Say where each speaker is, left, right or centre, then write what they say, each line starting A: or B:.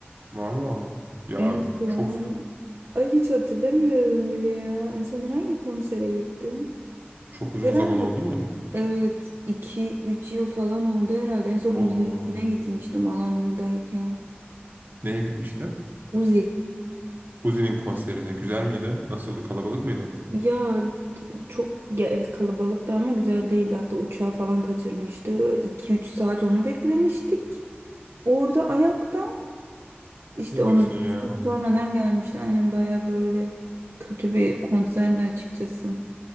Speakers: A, on the right; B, on the right.
A: Vallahi mı? Ya
B: En son
A: çok
B: ay hiç hatırlamıyorum bile ya. En son ben hangi konsere gittim?
A: çok uzun
B: Herhalde
A: zaman oldu mu?
B: Evet iki üç yıl falan oldu herhalde. En son
A: Oo,
B: Uzi'ninkine gitmiştim Alanya'dayken.
A: neye gitmiştin?
B: Uzi.
A: Uzi'nin konserine. Güzel miydi? Nasıldı? Kalabalık mıydı?
B: Ya çok ya evet kalabalıktı ama güzel değildi. Hatta uçağı falan kaçırmıştı. 2 üç saat onu beklemiştik. Orada ayakta işte
A: Ne
B: onu
A: diyorsun ya?
B: çok sonradan gelmişti. Aynen baya böyle kötü bir konserdi açıkçası.